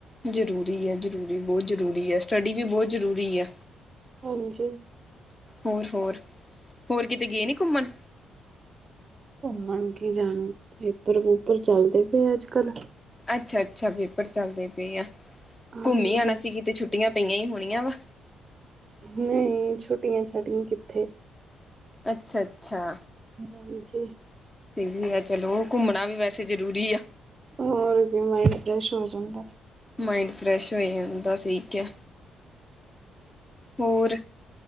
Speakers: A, on the left (about 15°); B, on the right (about 40°).
A: ਜ਼ਰੂਰੀ ਹੈ, ਜ਼ਰੂਰੀ ਬਹੁਤ ਜ਼ਰੂਰੀ ਹੈ, ਸਟੱਡੀ ਵੀ ਬਹੁਤ ਜ਼ਰੂਰੀ ਹੈ।
B: ਹਾਂਜੀ।
A: ਹੋਰ-ਹੋਰ ਹੋਰ ਕਿਤੇ ਗਏ ਨੀ ਘੁੰਮਣ?
B: ਘੁੰਮਣ ਕੀ ਜਾਣ, ਪੇਪਰ- ਵੂਪਰ ਚੱਲਦੇ ਪਏ ਅੱਜ- ਕੱਲ।
A: ਅੱਛਾ- ਅੱਛਾ ਪੇਪਰ ਚੱਲਦੇ ਪਏ ਆ,
B: ਹਾਂਜੀ
A: ਘੁੰਮੀ ਆਣਾ ਸੀ ਕਿਤੇ ਛੁੱਟੀਆਂ ਪਈਆਂ ਹੀ ਹੋਣੀਆਂ ਵਾ।
B: ਨਹੀਂ ਛੁੱਟੀਆਂ-ਛਾਟੀਆਂ ਕਿੱਥੇ।
A: ਅੱਛਾ- ਅੱਛਾ।
B: ਮਾਵੇਸ਼ੀ।
A: ਵੀ ਆ ਚਲੋ, ਘੁੰਮਣਾ ਵੀ ਵੈਸੇ ਜ਼ਰੂਰੀ ਆ।
B: ਹੋਰ ਕੀ ਮਾਈਡ ਫਰੈਸ਼ ਹੋ ਜਾਂਦਾ।
A: ਮਾਇੰਡ ਫਰੈਸ਼ ਹੋ ਜਾਂਦਾ ਸਹੀ ਕਿਹਾ। ਹੋਰ